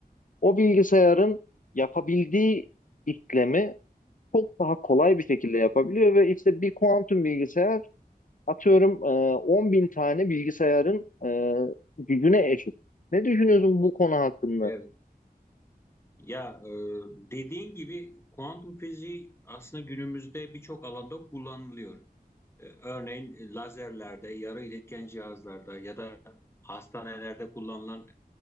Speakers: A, on the left (about 55°); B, on the left (about 15°).
A: o bilgisayarın yapabildiği işlemi çok daha kolay bir şekilde yapabiliyor ve işte bir kuantum bilgisayar atıyorum 10 bin tane bilgisayarın e, gücüne eşit. Ne düşünüyorsun bu konu hakkında?
B: Evet. Ya e, dediğin gibi kuantum fiziği aslında günümüzde birçok alanda kullanılıyor. E, örneğin e, lazerlerde, yarı iletken cihazlarda ya da hastanelerde kullanılan